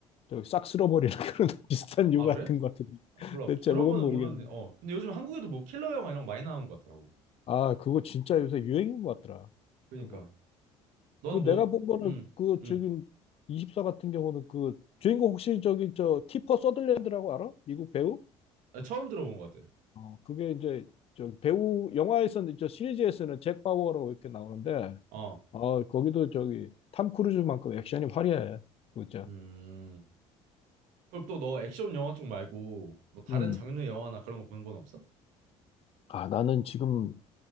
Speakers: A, on the left (about 45°); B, on the right (about 80°).
A: 저싹 쓸어버리는 <laughs> 그런 비슷한 유
B: 아,
A: 같은
B: 그래?
A: 것 같은데
B: 몰라.
A: 내 제목은
B: 그런 거는
A: 모르겠는데
B: 모르는데, 어. 근데 요즘 한국에도 뭐 킬러 영화 이런 거 많이 나오는 것 같더라고.
A: 아 그거 진짜 요새 유행인 것 같더라
B: 그러니까.
A: 그거
B: 너는
A: 그
B: 뭐,
A: 내가 본 거는
B: 음,
A: 그
B: 음.
A: 지금 24 같은 경우는 그 주인공 혹시 저기 저 키퍼 서들랜드라고 알아? 미국 배우?
B: 아, 처음 들어본 것 같아.
A: 어 그게 이제 저기 배우 영화에서는 저 시리즈에서는 잭 바우어라고 이렇게 나오는데
B: 어.
A: 아, 거기도 저기 탐 크루즈만큼 액션이 화려해. 진짜.
B: 음. 그럼 또 너 액션 영화 쪽 말고 뭐 다른
A: 음.
B: 장르 영화나 그런 거 보는 건 없어?
A: 아, 나는 지금